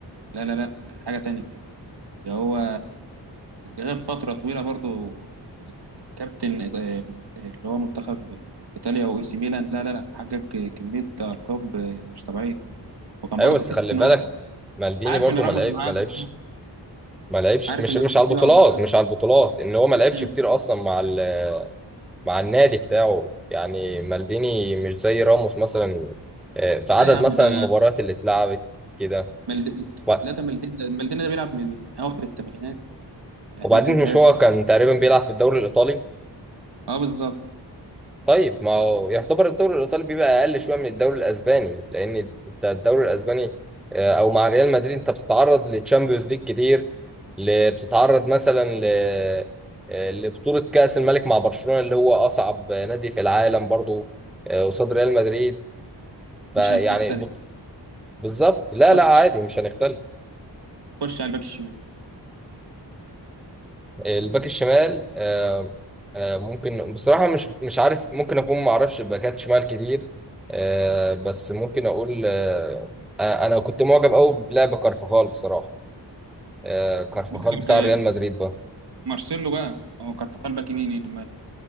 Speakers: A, on the right (about 65°); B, in the centre.
A: لا لا لا كان حاجه تانية اللي هو غاب فترة طويلة برضو يعني كابتن إيط- اللي هو منتخب إيطاليا وإي سي ميلان لا لا لا حقق كمية ألقاب مش طبيعية وكان
B: ايوه
A: برضه
B: بس
A: تحس
B: خلي
A: إن
B: بالك
A: هو
B: مالديني
A: عارف
B: برضو
A: إن راموس
B: ما لعب
A: معاه
B: ما لعبش ما لعبش
A: عارف
B: مش
A: إن
B: مش
A: راموس
B: على البطولات
A: إيه
B: مش على البطولات ان هو ما لعبش
A: مم.
B: كتير اصلا مع ال مع النادي بتاعه يعني مالديني مش زي راموس مثلا آه، في عدد
A: لا يا عم
B: مثلا
A: ده
B: المباريات اللي اتلعبت كده
A: مالديني
B: وب-
A: لا ده مالديني ده مالديني ده بيلعب من أواخر الثمانينات اعتزل
B: وبعدين
A: مش
B: مش
A: عارف
B: هو كان تقريبا بيلعب في الدوري الإيطالي
A: أه بالظبط
B: طيب ما هو يعتبر الدوري الإيطالي بيبقى أقل شوية من الدوري الأسباني لأن انت الدوري الأسباني آه، أو مع ريال مدريد أنت بتتعرض للتشامبيونز ليج كتير ل- بتتعرض مثلا ل آه، لبطولة كأس الملك مع برشلونة اللي هو أصعب نادي في العالم برضه آه، قصاد ريال مدريد فيعني
A: مش هنختلف
B: بالظبط لا
A: خش
B: لا عادي مش هنختلف
A: خش على الباك الشمال
B: الباك الشمال آه، آه، ممكن بصراحة مش مش عارف ممكن أكون ما أعرفش الباكات شمال كتير آه، بس ممكن أقول آه، آه، أنا كنت معجب أوي بلعب كارفاخال بصراحة آه، كارفاخال
A: عندك
B: بتاع ريال مدريد بقى
A: مارسيلو بقى هو كارفاخال باك يمين